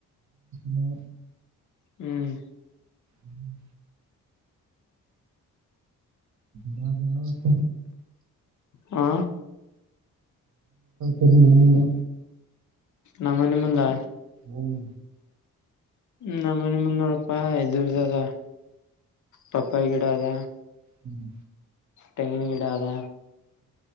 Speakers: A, on the right; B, on the left.
A: ಮೂ
B: ಹ್ಮ್
A: ಹ್ಮ್ ಬಡ ಗತ್ತ
B: ಹ
A: ಹ ಎ
B: ನಮ್ಮನೆಮ್ಮಲ್ಲ
A: ಹ್ಮ್
B: ನನೆ ಮುಂದ ನೋಡಪ್ಪ ಇದದುರ್ದದ ಪಪ್ಪ ಈ ಗಿಡ ಅದ
A: ಹ್ಮ್
B: ತೆಂಗಿನ ಗಿಡದಾ